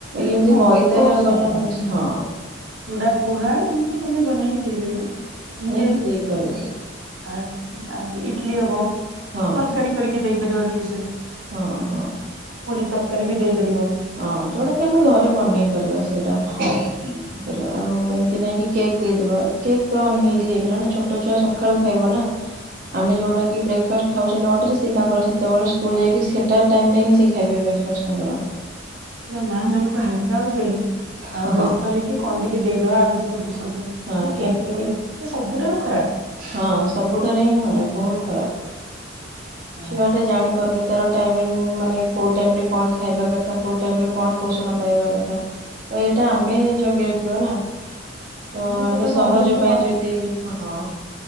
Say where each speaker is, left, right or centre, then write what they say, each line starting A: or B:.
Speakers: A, on the right; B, on the right.
A: ଏମିତି
B: ହଁ
A: ମଇଦା
B: ଫ୍ରୁଟ୍ସ
A: ବାଲା
B: ଆଲାଉ
A: ନୁହୁଁ
B: ଅଛି
A: ହଁ
B: ଚୁଡା ପୁହା ଏମିତି ତମେ ବନେଇକି ଦେଇପାରିବ ଏମିତି
A: କି ଦେଇପାରିବ।
B: ଆ ଆଜି ଇଟଲି ହବ
A: ହଁ
B: ତରକାରୀ କରିକି ଦେଇପାରିବ ଆଟଲିଷ୍ଟ।
A: ହଁ ହଁ।
B: ପୁରୀ ତରକାରୀ ବି ଦେଇପାରିବ।
A: ହଁ ଯୋଉଟା କି ଆମେ ଘରେ ବନେଇ ପାରିବା ସେଇଟା
B: ହଁ
A: ତାପରେ ଆଉ ଏମିତି ନାହିଁ କି କେକ୍ ଦେଇଦବା କେକ୍ ତ ଅନହେଲଥି ହେଇଗଲା ନା ଛୋଟ ଛୁଆ ସକାଳୁ ଖାଇବ ନା? ଆମେ ଯଉଁଟାକି ବ୍ରେକଫାଷ୍ଟ ଖାଉଛେ ନ ଟାରେ ସେ ତାଙ୍କର ସେତେବେଳେ ସ୍କୁଲ ଯାଇକି ସେଟା ଟାଇମରେ ହିଁ ସେ ଖାଇବେ ବ୍ରେକଫାଷ୍ଟ। ବ୍ରେକଫାଷ୍ଟ ତାଙ୍କର।
B: ମାଁ ମାନଙ୍କୁ ହାଲକା ହଉଛି ବୋଲି ଆଉ
A: ହଁ
B: ବ୍ୟସ୍ତ
A: ହଁ
B: ହେଇକି କଣ ଟିକେ ଦେଇଦବା ବିସ୍କୁଟ ଫିସ୍କୁଟ।
A: ହଁ
B: କି
A: କିନ୍ତୁ
B: କେକ୍ ଟିକେ ସେ ସବୁଠାରୁ ଖରାପ।
A: ହଁ ସବୁଠାରେ ହିଁ ଖରାପ ବହୁତ ଖରାପ
B: ହଁ
A: ଛୁଆଟା ଜାଣି ପାରୁନି ତାର। ଟାଇମିଙ୍ଗ ମାନେ କୋଉ ଟାଇମରେ କଣ ଖାଇବା କଥା, କୋଉ ଟାଇମ ରେ କଣ ପୋଷଣ ପାଇବା କଥା ତ ଏଇଟା ଆମେ ଜଗି ରଖିବା ନା? ତ ଆମେ
B: ସେଇଟାକୁ
A: ସହଜ
B: ଅଭ୍ୟସ୍ତ
A: ପାଇଁ ଯଦି ହଁ।